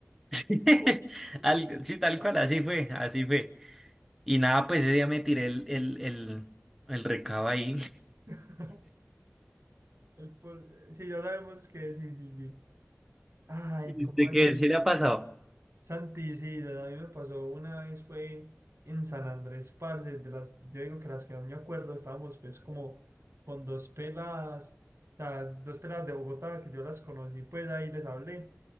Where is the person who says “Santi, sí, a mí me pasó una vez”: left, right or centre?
Right